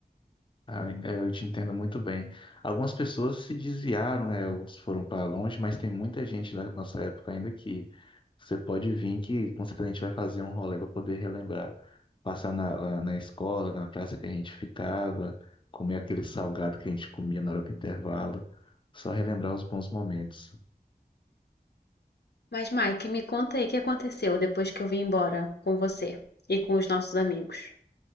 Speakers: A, on the left (about 30°); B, on the left (about 85°).
A: Ah, é, eu te entendo muito bem. Algumas pessoas se desviaram, né? ou Foram para longe, mas tem muita gente da nossa época ainda que você pode vir que com certeza a gente vai fazer um rolê para poder relembrar. Passar na, lá na escola, na praça que a gente ficava, comer aquele salgado que a gente comia na hora do intervalo. Só relembrar os bons momentos.
B: Mas, Mike, me conta aí o que aconteceu depois que eu vim embora com você e com os nossos amigos.